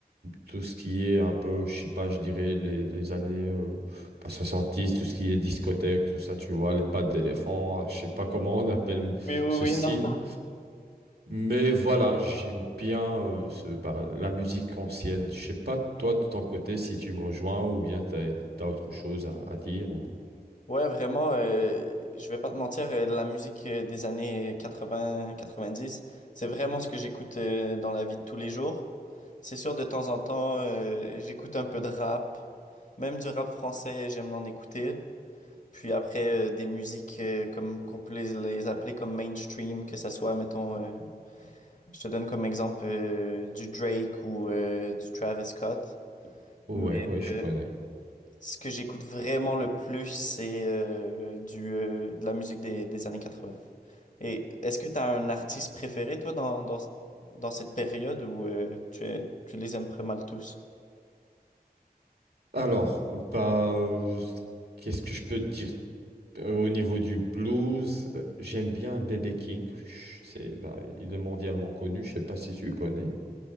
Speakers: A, on the right; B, on the left.
A: tout ce qui est un peu, je sais pas, je dirais les, les années euh, pas dix tout ce qui est discothèque, tout ça, tu vois, les pattes d'éléphant, euh, je sais pas comment on appelle
B: Oui, oui,
A: ce style.
B: oui, non.
A: Mais voilà, j'aime bien euh, ce, bah, la musique ancienne. Je sais pas, toi, de ton côté, si tu me rejoins ou bien t'as, t'as autre chose à, à dire ou...
B: Ouais, vraiment, euh, je vais pas te mentir, euh, la musique euh, des années 80, 90, c'est vraiment ce que j'écoute euh, dans la vie de tous les jours. C'est sûr, de temps en temps, euh, j'écoute un peu de rap, Même du rap français, j'aime en écouter. Puis après, euh, des musiques euh, comme qu'on peut les, les appeler comme mainstream, que ça soit, mettons, euh, je te donne comme exemple euh, du Drake ou euh, du Travis Scott.
A: Ouais,
B: Mais
A: ouais, je
B: euh,
A: connais.
B: ce que j'écoute vraiment le plus, c'est euh, du, euh, de la musique des, des années 80. Et est-ce que tu as un artiste préféré, toi, dans, dans, dans cette période ou euh, tu, es- tu les aimes pas mal tous?
A: Alors, bah, euh, qu'est-ce que je peux te dire? Euh, au niveau du blues, euh, j'aime bien B.B. King. Je- C'est, bah, il est mondialement connu. Je sais pas si tu le connais.